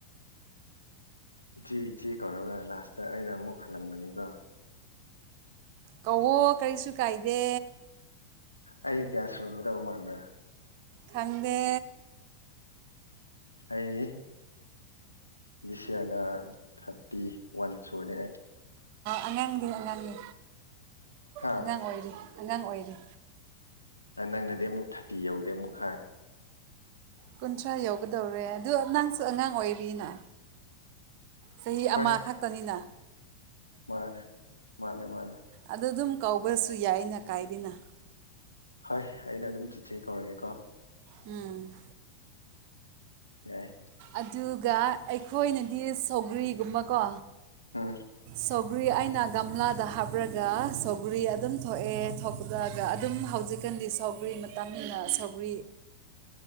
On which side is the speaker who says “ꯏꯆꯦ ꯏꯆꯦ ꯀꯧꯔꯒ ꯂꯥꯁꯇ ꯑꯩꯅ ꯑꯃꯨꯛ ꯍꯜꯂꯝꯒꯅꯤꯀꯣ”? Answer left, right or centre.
Left